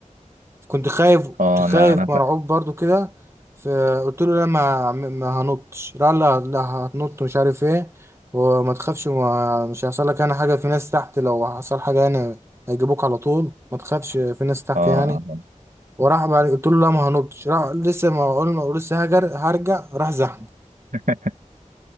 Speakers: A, on the right; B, on the right.
A: كنت خايف
B: اه
A: كنت خايف
B: انا انا ف...
A: مرعوب برضو كده فقلت له لا ما ما هنطش لا لا لا هتنط مش عارف ايه وما تخافش وما- مش هيحصل لك انا حاجه في ناس تحت لو حصل حاجه انا هيجيبوك على طول ما تخافش في ناس تحت
B: اه
A: يعني
B: آه.
A: وراح بعد قلت له لا ما هنطش راح لسه ما اقول لسه هجر هرجع راح زحني
B: <laughs>